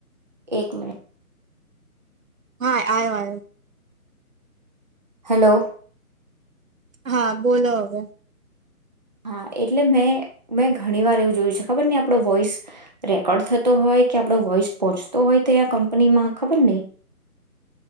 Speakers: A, on the right; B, on the right.
A: એક મિનિટ.
B: હા આયો આ્યો.
A: હેલો.
B: હા બોલો હવે
A: હા એટલે મેં મેં ઘણી વાર એવું જોયું છે ખબર નહી આપણો વોઈસ રેકોર્ડ થતો હોય કે આપણો વોઈસ પહોંચતો હોય ત કંપનીમાં ખબર નઈ.